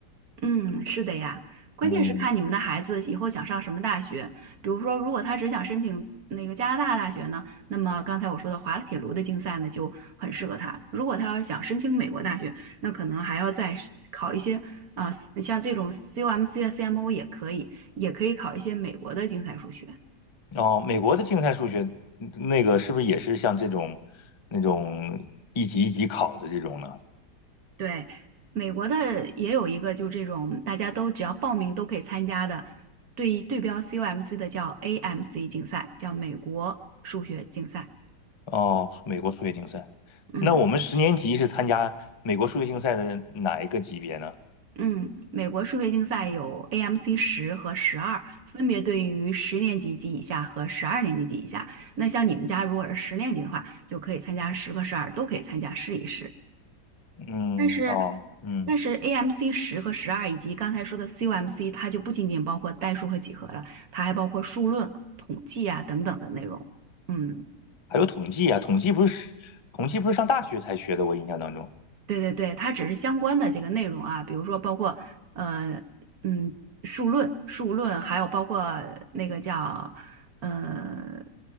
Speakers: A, on the right; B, on the left.
A: 嗯，是的呀，关键是看你们的孩子以后想上什么大学。
B: 嗯。
A: 比如说，如果他只想申请那个加拿大大学呢，那么刚才我说的滑铁卢的竞赛呢就很适合他。如果他要是想申请美国大学，那可能还要再是考一些啊、呃像这种 CUMC 啊、CMO 也可以，也可以考一些美国的竞赛数学。
B: 哦，美国的竞赛数学嗯那个是不是也是像这种那种一级一级考的这种呢？
A: 对，美国的也有一个，就这种大家都只要报名都可以参加的，对对标 COMC 的叫 AMC 竞赛，叫美国数学竞赛。
B: 哦，美国数学竞赛。
A: 嗯
B: 那我们十年级是参加美国数学竞赛的哪一个级别呢？
A: 嗯，美国数学竞赛有 AMC 十和十二，分别对应于十年级及以下和十二年级及以下。那像你们家如果是十年级的话，就可以参加十和十二，都可以参加试一试。
B: 嗯，
A: 但是，
B: 哦，嗯，
A: 但是 AMC 十和十二以及刚才说的 c u m c 它就不仅仅包括代数和几何了，它还包括数论、统计啊等等的内容。嗯。
B: 还有统计啊，统计不是十统计不是上大学才学的，我印象当中。
A: 对对对，它只是相关的这个内容啊，比如说包括呃嗯数论、数论，还有包括那个叫呃，